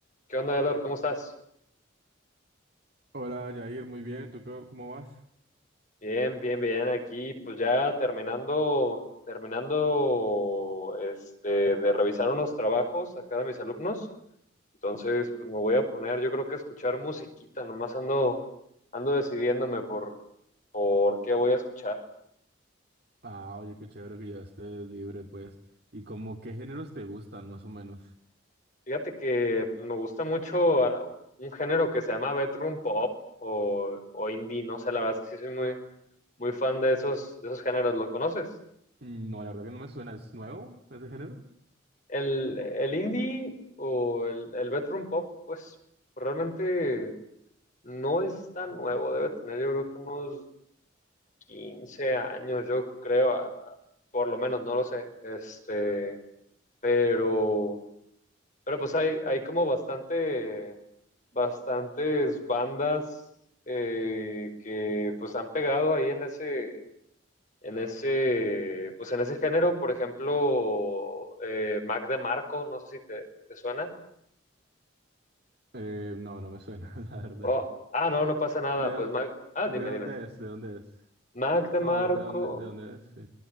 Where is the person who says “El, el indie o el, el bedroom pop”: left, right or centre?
Left